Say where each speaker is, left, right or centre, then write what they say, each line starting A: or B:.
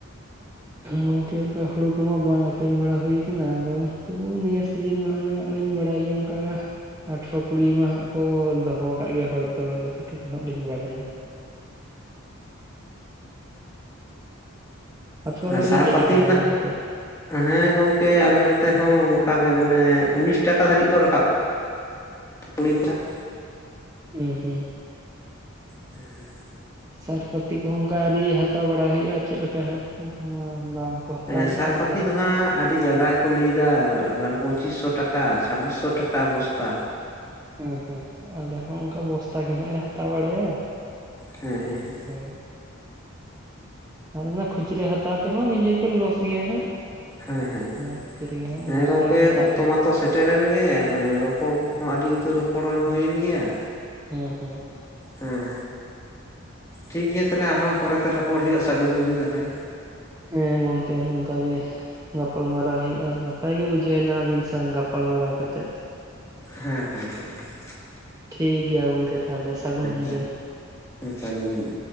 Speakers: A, on the right; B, on the left.
A: ᱜᱚᱝᱠᱮ ᱚᱝᱠᱟ ᱦᱩᱲᱩ ᱠᱚᱢᱟ ᱵᱟᱝ ᱟᱹᱠᱷᱨᱤᱧ ᱵᱟᱲᱟ ᱦᱩᱭ ᱠᱟᱱᱟ, ᱟᱫᱚ ᱛᱚᱵᱩ ᱱᱤᱭᱟᱹ ᱥᱤᱡᱤᱱ ᱢᱟ ᱦᱟᱱᱮ <inaudible> ᱵᱟᱲᱟᱭ ᱜᱮᱭᱟ ᱚᱝᱠᱟ ᱟᱴᱷᱨᱚ ᱠᱩᱲᱤ ᱢᱟ ᱦᱟᱸᱜ ᱠᱚ ᱫᱚᱦᱚᱸ ᱠᱟᱜ ᱜᱮᱭᱟ ᱦᱚᱭᱛᱚ ᱡᱚᱛᱚᱴᱩᱠᱩ ᱦᱟᱸᱜ ᱞᱤᱧ ᱵᱟᱲᱟᱭᱟ᱾ ᱟᱯᱮ
B: ᱟᱨ
A: ᱚᱱᱛᱮ
B: ᱥᱟᱨ
A: ᱫᱚ ᱪᱮᱜ
B: ᱯᱟᱹᱛᱤ
A: ᱞᱮᱠᱟ
B: ᱨᱮᱱᱟᱜ
A: ᱜᱚᱝᱠᱮ?
B: ᱦᱮᱸ ᱜᱚᱢᱠᱮ ᱟᱞᱮ ᱱᱚᱛᱮ ᱦᱚᱸ ᱚᱱᱠᱟ ᱜᱮ ᱢᱟᱱᱮ ᱩᱱᱤᱥ ᱴᱟᱠᱟ ᱫᱷᱟᱹᱨᱤᱡ ᱠᱚ ᱨᱟᱠᱟᱵ <unintelligible>
A: ᱩᱸ ᱦᱩᱸ᱾
B: ᱦᱮᱸ ᱦᱮᱸ᱾
A: ᱥᱟᱨ ᱯᱟᱹᱛᱤ ᱠᱚᱦᱚᱸ ᱚᱱᱠᱟ ᱟᱹᱣᱨᱤ ᱦᱟᱛᱟᱣ ᱵᱟᱲᱟ ᱦᱩᱭᱩᱜᱼᱟ ᱾ ᱪᱮᱫᱞ ᱞᱮᱠᱟ ᱦᱟᱸᱜ ᱦᱩᱸ ᱦᱩᱸ ᱫᱟᱢ ᱠᱚ ᱦᱟᱛᱟᱣᱮᱜ-ᱟ
B: ᱥᱟᱨ ᱯᱟᱹᱛᱤ
A: ᱟᱫᱚ
B: ᱫᱚ ᱦᱟᱸᱜ ᱟᱹᱰᱤ ᱡᱟᱫᱟ ᱜᱮᱠᱚ ᱞᱟᱹᱭᱫᱟ ᱢᱟᱱᱮ ᱯᱚᱸᱪᱤᱥ ᱥᱳ ᱴᱟᱠᱟ ᱪᱷᱟᱵᱵᱤᱥ ᱥᱳ ᱴᱟᱠᱟ ᱵᱚᱥᱛᱟ
A: ᱦᱮᱸ ᱦᱮᱸ ᱟᱞᱮ ᱦᱚᱸ ᱚᱝᱠᱟ ᱵᱚᱥᱛᱟ ᱜᱮ ᱦᱟᱸᱜ ᱞᱮ ᱦᱟᱛᱟᱣ ᱵᱟᱲᱟᱭ-ᱟ᱾
B: ᱦᱮᱸ ᱦᱮᱸ ᱦᱮᱸ᱾
A: ᱦᱮᱸ᱾ ᱟᱨ ᱚᱱᱟ ᱠᱷᱩᱪᱨᱟᱹ ᱦᱟᱛᱟᱣ ᱛᱮᱢᱟ ᱱᱤᱡᱮ ᱜᱮ ᱞᱚᱥ ᱜᱮᱭᱟ ᱦᱟᱸᱜ᱾
B: ᱦᱮᱸ ᱦᱮᱸ ᱦᱮᱸ,
A: ᱚᱱᱟ ᱠᱷᱟᱹᱛᱤᱨ ᱜᱮ ᱦᱟᱸᱜ
B: ᱦᱮᱸ
A: ᱵᱚᱥᱛᱟ
B: ᱜᱚᱝᱠᱮ
A: ᱜᱮ ᱦᱟᱛᱟᱣ
B: ᱚᱠᱛᱚ
A: ᱞᱮ
B: ᱢᱟᱛᱚ ᱥᱮ ᱥᱮᱴᱮᱨᱮᱱ ᱜᱮ, ᱢᱟᱱᱮ ᱨᱚᱯᱚᱲ ᱠᱚᱦᱚᱸ ᱟᱹᱰᱤ ᱩᱛᱟᱹᱨ ᱨᱚᱯᱚᱲ ᱦᱩᱭᱮᱱ ᱜᱮᱭᱟ᱾
A: ᱦᱩᱸ ᱦᱩᱸ᱾
B: ᱦᱮᱸ, ᱴᱷᱤᱠ ᱜᱮᱭᱟ ᱛᱟᱞᱦᱮ ᱟᱨᱦᱚᱸ ᱯᱚᱨᱮᱛᱮ ᱨᱚᱯᱚᱲ ᱦᱩᱭᱩᱜ-ᱟ, ᱥᱟᱹᱜᱩᱱ ᱧᱤᱫᱟᱹ ᱛᱟᱞᱦᱮ᱾
A: ᱦᱮᱸ ᱜᱚᱝᱠᱮ ᱱᱚᱝᱠᱟ ᱜᱮ᱾ ᱜᱟᱯᱟᱞᱢᱟᱨᱟᱣ ᱦᱩᱭᱩᱜ-ᱟ, ᱱᱟᱯᱟᱭ ᱜᱮ ᱵᱩᱡᱷᱟᱹᱣ ᱮᱱᱟ ᱟᱹᱵᱤᱱ ᱥᱟᱶ ᱜᱟᱯᱟᱞᱢᱟᱨᱟᱣ ᱠᱟᱛᱮᱫ᱾
B: ᱦᱮᱸ ᱦᱮᱸ ᱦᱮᱸ ᱦᱮᱸ᱾
A: ᱴᱷᱤᱠ ᱜᱮᱭᱟ ᱜᱚᱝᱠᱮ ᱛᱟᱦᱞᱮ ᱥᱟᱹᱜᱩᱱ ᱧᱤᱫᱟᱹ᱾
B: ᱦᱮᱸ ᱦᱮᱸ ᱥᱟᱹᱜᱩᱱ ᱧᱤᱫᱟᱹ᱾